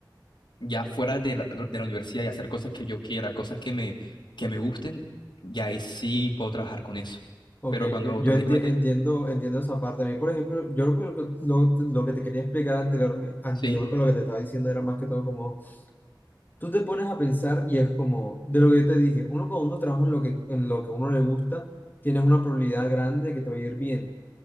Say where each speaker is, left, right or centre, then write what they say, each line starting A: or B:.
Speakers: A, on the left (about 75°); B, on the left (about 25°).
A: ya fuera de la, de la universidad y hacer cosas que yo quiera, cosas que me, que me gusten, ya ahí sí puedo trabajar con eso.
B: Ok,
A: Pero cuando
B: yo,
A: automáticamente,
B: yo enti- entiendo, entiendo esa parte. A mí, por ejemplo, yo lo, que lo- lo que te quería explicar anterior, anterior
A: sí,
B: con lo que te estaba diciendo era más que todo como, tú te pones a pensar y es como, de lo que yo te dije, uno cuando uno trabaja en lo que, en lo que a uno le gusta, tienes una probabilidad grande de que te va a ir bien.